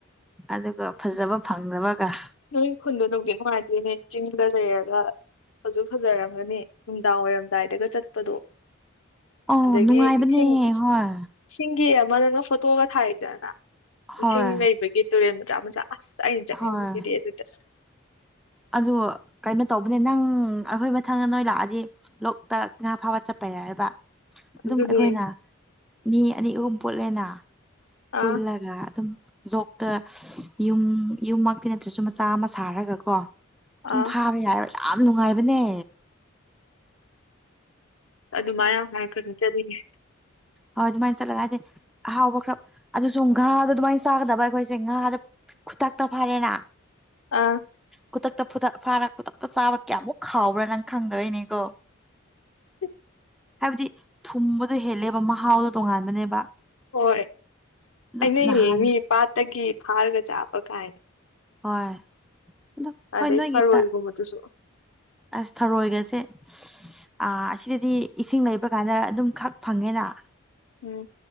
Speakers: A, in the centre; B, on the left.
A: ꯑꯗꯨꯒ ꯐꯖꯕ
B: ꯑꯁ
A: ꯐꯪꯗꯕꯒ
B: ꯅꯣꯏ ꯈꯨꯟꯗꯣ ꯅꯨꯡꯗꯤ ꯅꯨꯡꯉꯥꯏꯗꯣꯏꯅꯦ ꯆꯤꯡꯗ ꯂꯩꯩꯔꯒ꯫ ꯐꯖꯁꯨ ꯐꯖꯔꯝꯒꯅꯤ ꯅꯨꯡꯗꯥꯡ ꯋꯥꯏꯔꯝꯗꯥꯏꯗꯒ ꯆꯠꯄꯗꯣ꯫
A: ꯑꯣ
B: ꯑꯗꯒꯤ
A: ꯅꯨꯡꯉꯥꯏꯕꯅꯦ
B: ꯏꯁꯤꯡ
A: ꯍꯣꯏ꯫
B: ꯏꯁꯤꯡꯒꯤ ꯑꯃ ꯅꯪꯅ ꯐꯣꯇꯣꯒ ꯊꯥꯔꯛꯏꯗꯅ
A: ꯍꯣꯏ
B: ꯏꯁꯤꯡ ꯂꯩꯕꯒꯤ ꯇꯨꯔꯦꯜ ꯃꯆꯥ ꯃꯆꯥ ꯑꯁ ꯑꯩꯅ ꯆꯠꯅꯤꯡꯕꯁꯤꯗꯤ
A: ꯍꯣꯏ
B: ꯑꯗꯨꯗ
A: ꯑꯗꯨ ꯀꯩꯅꯣ ꯇꯧꯕꯅꯦ ꯅꯪ ꯑꯩꯈꯣꯏ ꯃꯊꯪꯗ ꯅꯣꯏ ꯂꯥꯛꯑꯗꯤ ꯂꯣꯛꯇꯥꯛ ꯉꯥ ꯐꯥꯕ ꯆꯠꯄ ꯌꯥꯏꯌꯦꯕ꯫ ꯑꯗꯨꯝ
B: ꯑꯗꯨꯅꯦ
A: ꯑꯩꯈꯣꯏꯅ ꯃꯤ ꯑꯅꯤ ꯑꯍꯨꯝ ꯄꯣꯠꯂꯦꯅ꯫ ꯄꯨꯜꯂꯒ
B: ꯑꯥ
A: ꯑꯗꯨꯝ ꯂꯣꯛꯇ ꯌꯨꯝ ꯌꯨꯝꯃꯛꯇꯤ ꯅꯠꯇ꯭ꯔꯁꯨ ꯃꯆꯥ ꯑꯃ ꯁꯥꯔꯒ ꯀꯣ꯫ ꯑꯗꯨꯝ
B: ꯑꯥ
A: ꯐꯥꯕ ꯌꯥꯏꯑꯕ ꯌꯥꯝ ꯅꯨꯡꯉꯥꯏꯕꯅꯦ꯫
B: ꯑꯗꯨ ꯃꯥꯏ ꯌꯥꯝ ꯍꯥꯏꯔꯛꯀꯅꯨ ꯆꯠꯅꯤꯡꯉꯦ꯫
A: ꯍꯣ ꯑꯗꯨ ꯃꯥꯏ ꯆꯂꯒꯥꯍꯥꯏꯗꯤ꯫ ꯑꯍꯥꯎꯕ ꯈꯔ ꯑꯗꯨ ꯁꯨꯝ ꯉꯥꯗꯣ ꯑꯗꯨꯃꯥꯏꯅ ꯆꯥꯒꯗꯕ ꯑꯩꯈꯣꯏꯁꯦ ꯉꯥꯗ ꯈꯨ ꯊꯥꯛꯇ ꯐꯔꯦꯅ
B: ꯑꯥ꯫
A: ꯈꯨꯗꯛꯇ ꯈꯨꯗꯛꯇ ꯐꯥꯔ ꯈꯨꯗꯛꯇ ꯆꯥꯕ ꯀꯌꯥꯃꯨꯛ ꯈꯥꯎꯕ꯭ꯔꯥ ꯅꯪ ꯈꯪꯗꯕꯩꯏꯅꯤꯀꯣ
B: <unintelligible>
A: ꯍꯥꯏꯕꯗꯤ ꯊꯨꯝꯕꯗꯣ ꯍꯦꯜꯂꯦꯕ ꯃꯍꯥꯎꯗꯣ ꯇꯣꯉꯥꯟꯕꯅꯦꯕ꯫
B: ꯍꯣꯏ
A: ꯑꯗꯨꯝ
B: ꯍꯥꯏꯅꯩꯌꯦ
A: ꯅꯍꯥꯟ
B: ꯃꯤ ꯄꯥꯠꯇꯒꯤ ꯐꯥꯔꯒ ꯆꯥꯕ ꯀꯥꯏꯅ
A: ꯍꯣꯏ꯫ ꯑꯗꯣ ꯍꯣꯏ
B: ꯑꯗꯩ
A: ꯅꯣꯏꯒꯤ
B: ꯊꯔꯣꯒꯨꯝꯃꯗꯨꯁꯨ
A: ꯇ ꯑꯁ ꯊꯔꯣꯏꯒꯁꯦ ꯑ ꯑꯁꯤꯗꯗꯤ ꯏꯁꯤꯡ ꯂꯩꯕ ꯀꯥꯟꯗ ꯑꯗꯨꯝ ꯈꯛ ꯐꯪꯉꯦꯅ꯫
B: ꯎꯝ ꯫